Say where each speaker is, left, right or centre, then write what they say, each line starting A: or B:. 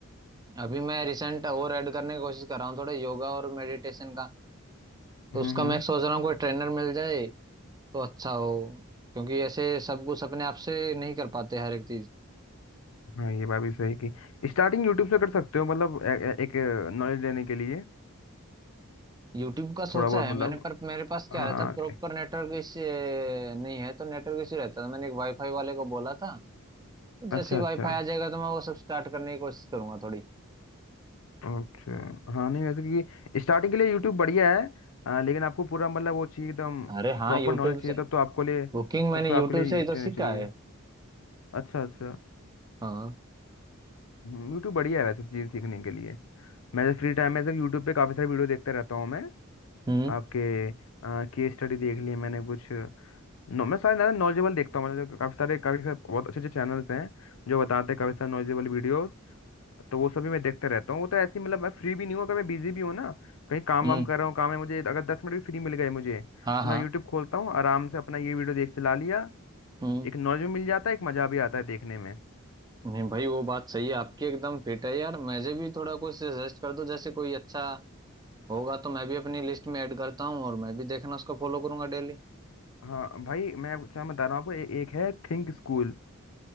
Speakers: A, on the right; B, on the left.
A: अभी मैं रिसेंट और ऐड करने की कोशिश कर रहा हूँ थोड़ा योगा और मेडिटेशन का तो
B: हम्म
A: उसका
B: हम्म
A: मैं सोच रहा हूँ कोई ट्रेनर मिल जाए तो अच्छा हो क्योंकि ऐसे सब कुछ अपने आप से नहीं कर पाते हर एक चीज
B: हाँ ये बात भी सही कि स्टार्टिंग यूट्यूब से कर सकते हो मतलब ए, ए, एक नॉलेज लेने के लिए
A: यूट्यूब का सोचा
B: थोड़ा बहुत
A: है
B: मतलब
A: मैंने पर मेरे पास क्या
B: हाँ
A: रहता प्रॉपर नेटवर्क इश्यू नहीं है तो नेटवर्क इश्यू रहता है तो मैंने एक वाईफाई वाले को बोला था तो जैसे
B: अच्छा
A: ही
B: अच्छा
A: वाईफाई आ जाएगा तो मैं वो सब स्टार्ट करने की कोशिश करूंगा थोड़ी
B: अच्छा हाँ नहीं वैसे क्योंकि स्टार्टिंग के लिए यूट्यूब बढ़िया है आ, लेकिन आपको पूरा मतलब वो चाहिए एकदम
A: अरे हाँ
B: प्रॉपर
A: यूट्यूब
B: नॉलेज
A: से
B: चाहिए तब तो आपको लिए
A: कुकिंग मैंने
B: तब को आपके
A: यूट्यूब
B: लिए
A: से ही
B: ट्रेनिंग
A: तो सीखा
B: चाहिए
A: है
B: अच्छा अच्छा
A: हाँ
B: यूट्यूब बढ़िया है वैसे चीज़ सीखने के लिए मैं जब फ्री टाइम में जब यूट्यूब पे काफ़ी सारी वीडियो देखता रहता हूँ मैं
A: हम्म
B: आपके केस स्टडी देख लिए मैंने कुछ नो, मैं सारे ज़्यादा नॉलेजेबल देखता हूँ मतलब काफ़ी सारे काफ़ी सारे बहुत अच्छे अच्छे चैनल्स हैं जो बताते हैं काफ़ी सारे नॉलेजेबल वीडियो तो वो सभी मैं देखते रहता हूँ वो तो ऐसी मतलब मैं फ्री भी नहीं हूँ अगर मैं बिजी भी हूँ ना कहीं काम
A: हम्म
B: वाम कर रहा हूँ काम है मुझे अगर दस मिनट भी फ्री मिल गए मुझे
A: हाँ
B: तो
A: हाँ
B: मैं यूट्यूब खोलता हूँ आराम से अपना ये वीडियो देख चला लिया
A: हम्म
B: एक नॉलेज भी मिल जाता है एक मजा भी आता है देखने में
A: नहीं भाई वो बात सही है आपकी एकदम फिट है यार मुझे भी थोड़ा कुछ सजेस्ट कर दो जैसे कोई अच्छा होगा तो मैं भी अपनी लिस्ट में ऐड करता हूँ और मैं भी देखना उसको फॉलो करूंगा डेली
B: हाँ भाई मैं क्या बता रहा हूँ आपको ए, एक है थिंक स्कूल